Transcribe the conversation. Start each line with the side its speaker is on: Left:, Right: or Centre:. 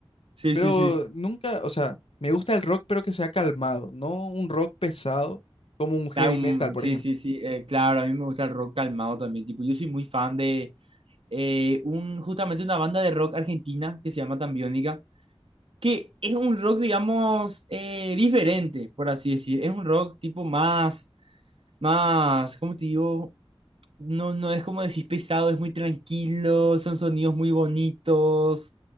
Right: Sí,
Left: Pero
Right: sí, sí.
Left: nunca, o sea, me gusta el rock pero que sea calmado, no un rock pesado como un heavy
Right: Da un-
Left: metal, por
Right: sí,
Left: ejemplo.
Right: sí, sí. eh, claro, a mí me gusta el rock calmado también. Tipo, yo soy muy fan de eh, un, justamente una banda de rock argentina que se llama Tambiónica, que es un rock, digamos, eh, diferente, por así decir. Es un rock tipo más, más, ¿cómo te digo? no, no es como decís pesado, es muy tranquilo, son sonidos muy bonitos,